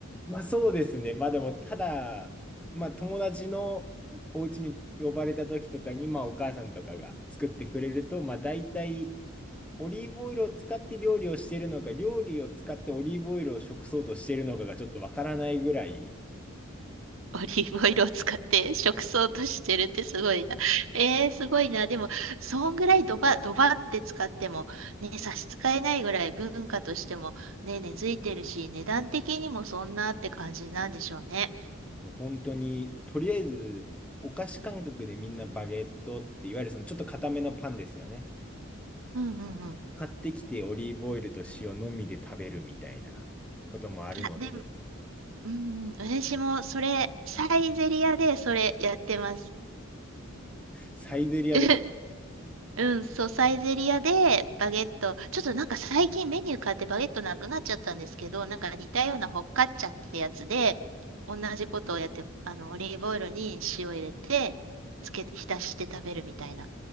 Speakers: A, in the centre; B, on the right.
A: まあそうですね、まあでも、ただ、まあ友達のお家に呼ばれた時とかに、まあお母さんとかが作ってくれると、まあ大体、オリーブオイルを使って料理をしているのか、料理を使ってオリーブオイルを食そうとしているのかがちょっとわからないぐらい、
B: オリーブオイルを使って食草としてるってすごいな。えー、すごいな。でも、そんぐらいドバ、ドバって使っても、ね、差し支えないぐらい文化としても、ね、根付いてるし、値段的にもそんなって感じなんでしょうね。
A: もう本当に、とりあえず、お菓子感覚でみんなバゲットって、いわゆるそのちょっと固めのパンですよね。
B: うんうんうん。
A: 買ってきてオリーブオイルと塩のみで食べるみたいなこともあるので、
B: あ、でも、うんうん、私もそれ、サイゼリヤでそれやってます。
A: サイゼリアで
B: <laughs> うん、そう、サイゼリアでバゲット、ちょっとなんか最近メニュー変わってバゲットなくなっちゃったんですけど、なんか似たようなホッカッチャってやつで、同じことをやって、あの、オリーブオイルに塩入れて、つけて、浸して食べるみたいな。